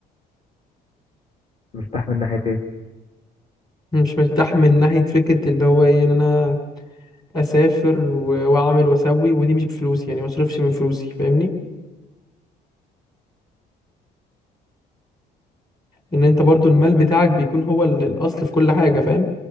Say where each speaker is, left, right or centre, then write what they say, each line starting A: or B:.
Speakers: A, on the left (about 40°); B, on the left (about 25°).
A: مرتاح من ناحية ايه
B: مش مرتاح من ناحيه فكره اللي هو ايه ان انا اسافر و- واعمل واسوي ودي مش بفلوسي يعني ما اصرفش من فلوسي فاهمني ان انت برضو المال بتاعك بيكون هو ال- الاصل في كل حاجه فاهم